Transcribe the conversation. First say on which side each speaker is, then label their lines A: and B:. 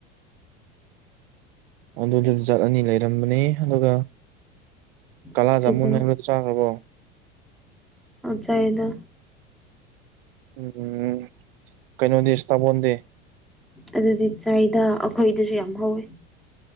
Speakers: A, on the right (about 65°); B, in the centre.
A: ꯑꯗꯨꯗꯨ ꯖꯥꯠ ꯑꯅꯤ ꯂꯩꯔꯝꯕꯅꯦ ꯑꯗꯨꯒ ꯀꯂꯥꯥꯁꯦ
B: ꯑꯗꯨꯒ
A: ꯃꯨꯟꯅ ꯍꯥꯏꯕꯂꯗ ꯆꯥꯈ꯭ꯔꯕꯣ
B: ꯆꯥꯗ
A: ꯎꯝ ꯀꯩꯅꯣꯗꯤꯁ ꯇꯥꯕꯣꯟꯗꯦ
B: ꯑꯗꯨꯗꯤ ꯁꯋꯥꯗ ꯑꯩꯈꯣꯏꯗꯁꯨ ꯌꯥꯝ ꯍꯧꯋꯦ